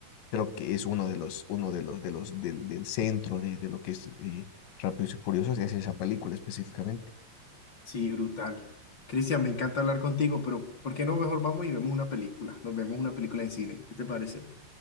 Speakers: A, on the left (about 70°); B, on the left (about 35°).
A: creo que es uno de los, uno de los, de los, del, del centro de, de lo que es eh, Rápidos y Furiosos, es esa película específicamente.
B: sí, brutal. Cristian, me encanta hablar contigo, pero ¿por qué no mejor vamos y vemos una película? Nos vemos una película en cine. ¿Qué te parece?